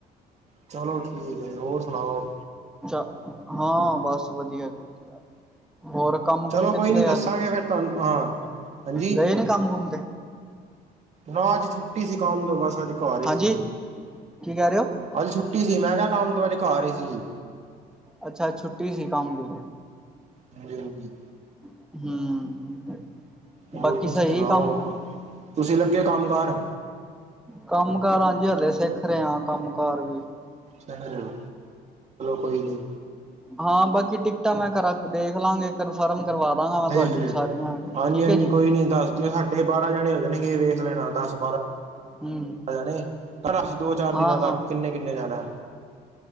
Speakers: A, on the right; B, in the centre.
A: ਚਲੋ ਠੀਕ ਹੈ, ਹੋਰ ਸੁਣਾਓ?
B: ਜਾਂ ਹਾਂ ਬਸ ਵਧੀਆ ਜੀ ਵਧੀਆ ਹੋਰ ਕੰਮ
A: ਚਲੋ
B: ਕੁਮ ਤੇ
A: ਕੋਈ ਨੀ
B: ਗਏ
A: ਦੱਸਾਂਗੇ,
B: ਅੱਜ
A: ਫਿਰ ਤੁਹਾਨੂੰ ਹਾਂ ਹਾਂਜੀ
B: ਗਏ ਨੀ ਕੰਮ ਕੁਮ ਤੇ
A: ਹਾਂ, ਅੱਜ ਛੁੱਟੀ ਸੀ ਕੌਮ ਤੋਂ ਬਸ ਅੱਜ ਘਰ ਹੀ
B: ਹਾਂਜੀ
A: ਸੀਗੇ।
B: ਕੀ ਕਹਿ ਰਹੇ ਹੋ?
A: ਅੱਜ ਛੁੱਟੀ ਸੀ ਮੈਂ ਕਿਹਾ ਕੰਮ ਤੋਂ ਅੱਜ ਘਰ ਈ ਜੀ।
B: ਅੱਛਾ ਛੁੱਟੀ ਸੀ ਕੰਮ ਦੀ।
A: ਹਮ।
B: ਹਮ।
A: ਹੋਰ
B: ਬਾਕੀ
A: ਤੁਸੀਂ
B: ਸਹੀ
A: ਸੁਣਾਓ,
B: ਕੰਮ ਕੁਮ
A: ਤੁਸੀਂ ਲੱਗੇ ਕੰਮ ਕਾਰ?
B: ਕਾਮ ਕਰ ਹਾਂ ਜੀ ਕੰਮ ਕਾਰ ਹਲੇ ਸਿੱਖ ਰਹੇ ਕੰਮ ਕਾਰ ਵੀ।
A: ਚਾਲ ਚਲੋ। ਕੋਈ ਨੀ
B: ਹਾਂ, ਬਾਕੀ ਟਿਕਟਾਂ ਮੈਂ ਕਰਾ ਦੇਖ ਲਾਂਗੇ ਕਨਫਰਮ ਕਰਵਾ ਦਾਂਗਾ ਮੈਂ
A: ਦੇਖ
B: ਤੁਹਾਡੀ
A: ਲਿਓ
B: ਸਾਰੀਆਂ
A: ਹਾਂਜੀ
B: ਠੀਕ
A: ਹਾਂਜੀ
B: ਹੈ ਜੀ
A: ਕੋਈ ਨੀ ਦੱਸ ਜਓ ਸਾਡੇ ਬਾਰਾਂ ਜਾਣੇ ਹੋ ਜਾਣੇਗੇ ਵੇਖ ਲੈਣਾ ਦਸ ਬਾਰਾਂ
B: ਹਮ
A: ਜਾਣੇ ਪਰ ਅਸੀ ਦੋ ਚਾਰ
B: ਹਾਂ
A: ਦਿਨਾਂ ਤੱਕ
B: ਹਾਂ
A: ਕਿੰਨੇ ਕਿੰਨੇ ਜਾਣਾ।